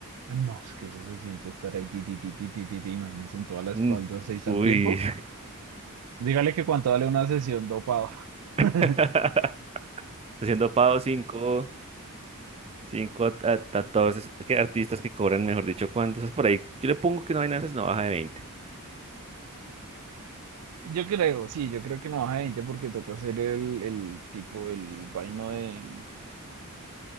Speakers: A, on the right (about 80°); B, on the right (about 25°).
A: No, es que eso se siente estar ahí, ti, ti, ti, ti, ti, ti, ti, imagínese en toda la espalda
B: Mm,
A: seis
B: Uy.
A: al tiempo. Dígale que cuánto vale una sesión dopado.
B: <laughs>
A: <laughs>
B: Haciendo pavo 5. Cinco a, a- a que artistas que cobran, mejor dicho, ¿cuántos? Por ahí, yo le pongo que no hay de no baja de veinte
A: Yo creo, sí, yo creo que no baja de 20 porque toca hacer el, el tipo, el vaino de,